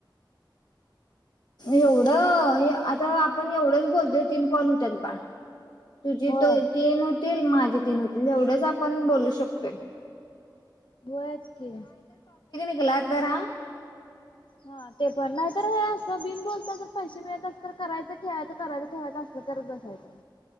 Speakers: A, on the left (about 60°); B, on the left (about 80°).
A: एवढं आता आपण एवढंच बोलतोय तीन कॉल होत्यात बाळ तुझी
B: होय
A: तो ते न होतील माझे तीन होतील एवढेच आपण बोलू शकतोय
B: व्हयच की
A: हिला तर आ
B: हा ते पण नाही तर हे असं बिन बोलता जर पैसे मिळत अस तर करायचं ठेवायचं करायच ठेवायचं असल करत बसायचं